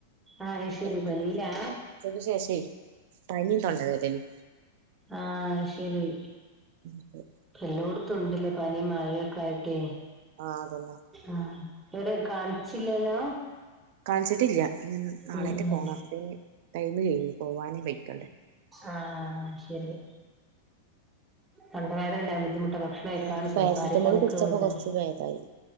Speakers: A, on the right (about 15°); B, on the right (about 60°).
A: ആഹ് അയ്ശരി
B: ഉച്ചക്ക്
A: പനിയിലാ
B: ശേഷേ പനിയും തൊണ്ടവേദനീം
A: ആ ശരി
B: <inaudible>
A: എല്ലോടത്തും ഉണ്ടല്ലേ പനിയും മഴൊക്കെ ആയിട്ട്
B: ആ അതന്നെ
A: ആ എവിടെ കാണിച്ചില്ലല്ലോ
B: കാണിച്ചിട്ടില്യ ഈ നാളെറ്റെ
A: ഉം ഉം
B: ഈ പോണം അയിന് മരുന്ന് കഴിഞ്ഞു പോവാന് ബൈക്കണ്ടെ
A: ആ ശരി തൊണ്ടവേദന ഉണ്ടായ ബുദ്ധിമുട്ടാ ഭക്ഷണം കഴിക്കാനും
B: ആഹ് അപ്പൊ
A: സംസാരിക്കാനൊക്കെ
B: പാരസെറ്റമോള് കുടിച്ചപ്പോ
A: ബുദ്ധിമു
B: കൊറച്ച് ഭേദായി